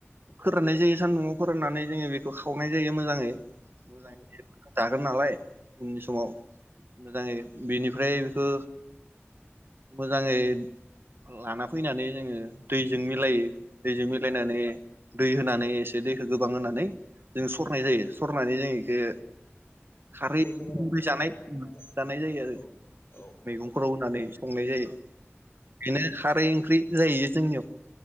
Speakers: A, on the right (about 50°); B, on the left (about 50°).
A: फोराननाय जायो सान्दुंआव फोराननानै जोङो बेखौ खावनाय जायो मोजाङै। मोजाङै
B: औ।
A: जागोन नालाय उननि समाव मोजाङै बेनिफ्राय बेखौ मोजाङै लाना फैनानै जोङो दैजों मिलायो। दैजों मिलायनानै
B: औ
A: दै होनानै एसे दैखौ गोबां होनानै जों सरनाय जायो सरनानै जों इखो खारै <unintelligible>
B: महराव
A: जानाय
B: जानो हायो आरो
A: जानाय जायो आरो
B: औ औ
A: मैगंफोराव होनानै संनाय जायो। बेनो खारै ओं ख्रि जाहैयो जोंनियाव।